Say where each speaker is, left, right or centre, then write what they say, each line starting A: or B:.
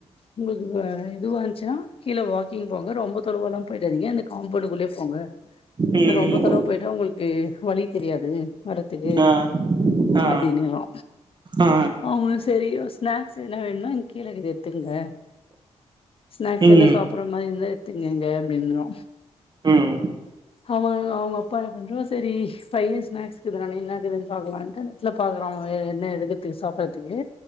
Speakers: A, on the left (about 55°); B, on the right (about 40°).
A: உங்களுக்கு இதுவா இன்ச்சுன்னா கீழ வாக் கிங் போங்க ரொம்ப தொலவால எல்லா போயிடாதீங்க இந்த காம்பவுண்டுக்குள்ளயே போங்க
B: ம்
A: ரொம்ப தொலவு போயிட்டா உங்களுக்கு வழி தெரியாது வரதுக்கு
B: ஆ ஆ
A: அப்டின்னிறோ
B: ஆ
A: அவங்களுக் சரி ஸ்னாக்ஸ் என்ன வேனா கீழ இருக்கு எடுத்துங்க ஸ்நாக்ஸ்
B: ம்
A: என்ன சாப் என்ன எத்தீங்க எங்க அப்டினு
B: ம்
A: அவ அவுங்க அப்பா என் பண்றோ சேரி பைய ஸ்நாக்ஸ் க்றானே என்ன இருக்குதுனு பாக்கலான்ட்டு நெட்ல பாக்குறா என்ன எடுக்குறதுக்கு சாப்பிடறதுக்கு